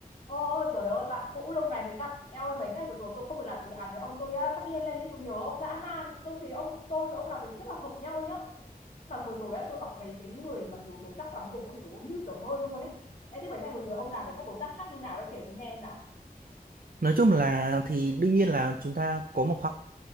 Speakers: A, on the left; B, on the right.
A: Ôi trời ơi bạn cũ lâu ngày mới gặp Eo ơi mấy ngày vừa rồi tôi không được làm dự án với ông Tôi á, phát điên lên đi tôi nhớ ông dã man Tôi thấy ông tôi với ông làm việc rất là hợp nhau nhá Mà vừa rồi á, tôi gặp mấy cái người Mà kiểu đối tác làm cùng ấy dồi ôi, như sửa hơi luôn ấy Ê thế mấy ngày vừa rồi ông làm với các đối tác khác như nào đấy Kể tôi nghe nào
B: Nói chung là thì đương nhiên là chúng ta có một khoảng,